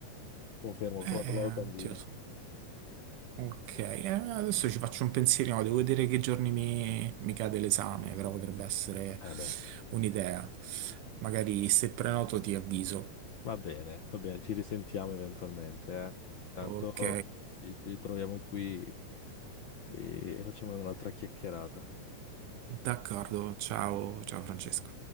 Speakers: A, on the left; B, on the right.
A: Confermo, ho
B: Eh,
A: trovato
B: eh,
A: la locandina.
B: oddio. so Ok, eh, adesso ci faccio un pensierino, devo vedere che giorni mi, mi cade l'esame, però potrebbe essere
A: Eh beh,
B: un'idea. Magari se prenoto ti avviso.
A: va bene, va bene, ci risentiamo eventualmente, eh. Tanto
B: Ok,
A: ci ci ritroviamo qui e e facciamo un'altra chiacchierata.
B: d'accordo, ciao, ciao Francesco.